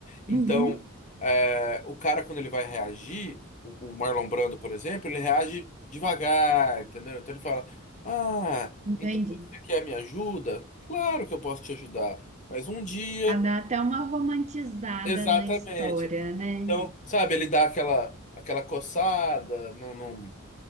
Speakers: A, on the left; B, on the right.
A: Então,
B: uhum,
A: eh, o cara, quando ele vai reagir, o, o Marlon Brando, por exemplo, ele reage devagar, entendeu? Então ele fala: Ah,
B: Entendi.
A: então você quer minha ajuda? Claro que eu posso te ajudar. Mas um dia.
B: Ah, dá até uma romantizada
A: Exatamente.
B: na história, né?
A: Então, sabe, ele dá aquela aquela coçada, não, não...